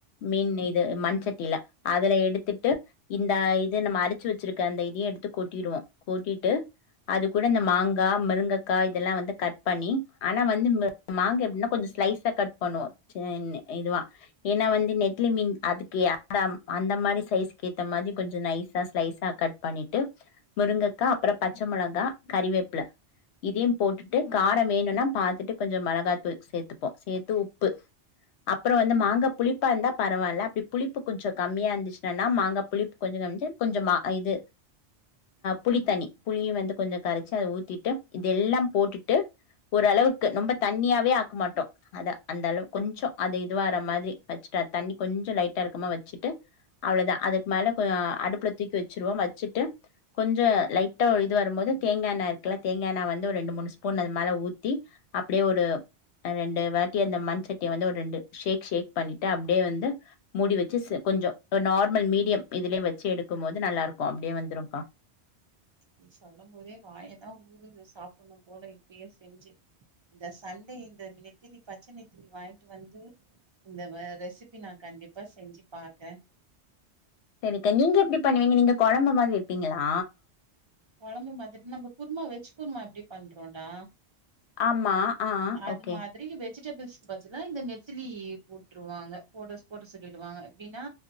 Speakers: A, on the left; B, on the right.
A: மீன் இது மண் சட்டியில அதுல எடுத்துட்டு இந்த இது நம்ம அரிச்சு வச்சிருக்க அந்த இத எடுத்து கொட்டிடுவோம் கொட்டிட்டு அது கூட இந்த மாங்காய் மிருங்கக்காய் இதெல்லாம் வந்து கட் பண்ணி ஆனா வந்து மாங்கா இன்னு கொஞ்ச ஸ்லைஸா கட் பண்ணுவ இதுவ ஏன்னா வந்து நெத்லி மீன் அதுக்கு அந்த மாதிரி சைஸ்க்கு ஏத்த மாதிரி கொஞ்ச நைசா ஸ்லைஸா கட் பண்ணிட்டு முருங்கைக்காய் அப்புறம் பச்சை மிளகா் கறிவேப்பில இதையும் போட்டுட்டு காரம் வேணும்னா பாத்துட்டு கொஞ்ச மிளகா சேர்த்துப்போம் சேர்த்து உப்பு அப்புறம் வந்து மாங்காய் புளிப்பா இருந்தா பரவாயில்ல அப்படி புளிப்பு கொஞ்ச கம்மியா இருந்துச்சுனன்னா மாங்காய் புளிப்பு கொஞ்ச கு கொஞ்ச இதுஹ் புளித்தண்ணி புளியும் வந்து கொஞ்ச கரைச்சி அதை ஊத்திட்டு இது எல்லா போட்டுட்டு ஓரளவுக்கு ரொம்ப தண்ணியா வே ஆக்க மாட்டோம் அத அந்த அளவு கொஞ்ச அது இதுவரற மாதிரி வச்சுட்டு அ தண்ணி கொஞ்சம் லைட்டா இருக்காம வச்சுட்டு அவ்வளவுதான் அதுக்கு மேல அடுப்புல தூக்கி வச்சிருவோம் வச்சுட்டு கொஞ்ச லைட்டா இது வரும் போது தேங்காய்ண்ணா இருக்கல தேங்காய் எண்ணா வந்து ஒரு ரெண்டு மூணு ஸ்பூன் அது மேல ஊத்தி அப்படியே ஒரு ரெண்டு வாட்டி அந்த மண்்சட்டியை வந்து ஒரு ரெண்டு ஷேக் ஷேக் பண்ணிட்டு அப்படியே வந்து மூடி வச்சு கொஞ்ச ஒரு நார்மல் மீடியம் இதுலயு வச்சு எடுக்கு போது நல்லா இருக்கு அப்படியே வெந்துரும்கா
B: நீ சொல்லம் போதே வாயல்லான் ஊருது சாப்படணும் போல இப்பயே செஞ்சு ஜஸ் சண்டே இந்த நெத்திலி பச்ச நெத் திலி வாங்கிட்டு வந்து இந்த வ ரெசிபி நான் கண்டிப்பா செஞ்சு பாக்கன்
A: சரிக்கா நீங்க எப்டி பண்ணுவீங்க நீங்க கொழம்பு மாரி வைப்பீங்களா
B: கொழம்பு மாதிரி நம்ம குர்மா வெஜ் குருமா எப்டி பண்றோம்டா
A: ஆமா ஆ
B: அது
A: ஓகே
B: மாதிரி வெ ஜிடபிள்ஸ்கு பதிலா இந்த நெத்திலி போட்ருவாங்க போடஸ் போட சொல்லிடுவாங்க எப்டின்னா